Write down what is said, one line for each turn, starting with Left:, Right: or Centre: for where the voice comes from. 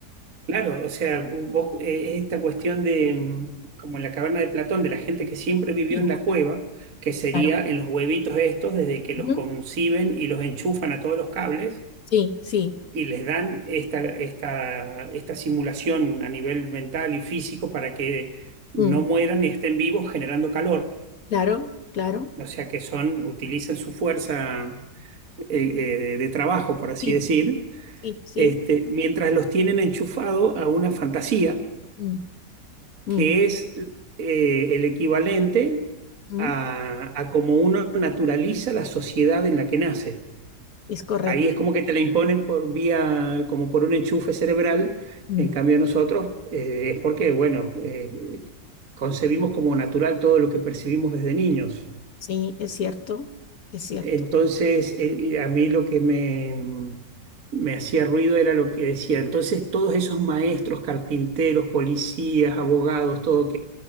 Right: Claro, o sea, vos, eh, esta cuestión de, mm, como en la caverna de Platón, de la gente que siempre vivió
Left: Sí,
Right: en la cueva, que sería
Left: Claro.
Right: en los huevitos estos, desde que los
Left: Ujú,
Right: conciben y los enchufan a todos los cables
Left: Sí, sí.
Right: y les dan esta, esta, esta simulación a nivel mental y físico para que no
Left: mm,
Right: mueran y estén vivos generando calor.
Left: claro, claro.
Right: O sea, que son, utilizan su fuerza eh, eh, de trabajo, por así
Left: Sí,
Right: decir,
Left: sí, sí.
Right: este, mientras los tienen enchufado a una fantasía
Left: Mm, mm,
Right: que es eh, el equivalente
Left: mm,
Right: a, a como uno naturaliza la sociedad en la que nace.
Left: Es correcto.
Right: Ahí es como que te la imponen por vía, como por un enchufe cerebral.
Left: mm,
Right: En cambio, nosotros eh, es porque, bueno, eh, concebimos como natural todo lo que percibimos desde niños.
Left: Sí, es cierto. Es cierto.
Right: Entonces, eh, y a mí lo que me, me hacía ruido era lo que decía. Entonces, todos esos maestros, carpinteros, policías, abogados, todo